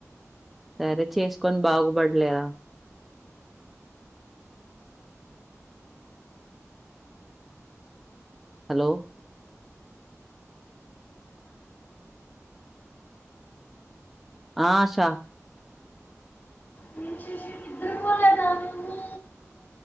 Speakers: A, in the centre; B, on the left (about 35°).
A: సరే చేసుకొని బాగుపడులేరా హలో ఆ ఆషా
B: నేను చూసి నిద్రపోలేదా నువ్వు